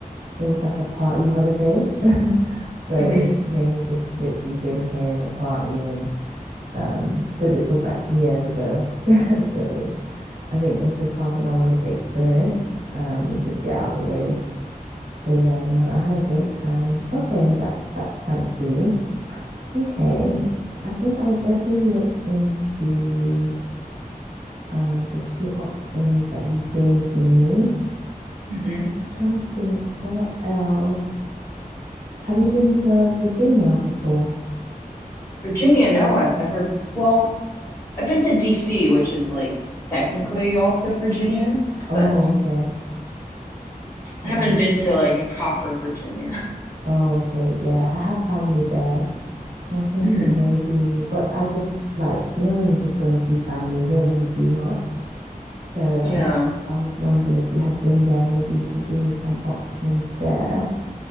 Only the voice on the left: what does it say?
Mm-hmm.
Mm-hmm.
Virginia, no, I've never, well, I've been to DC, which is like technically also Virginia,
but
I haven't been to like proper Virginia. <laughs>
Hmm.
Yeah.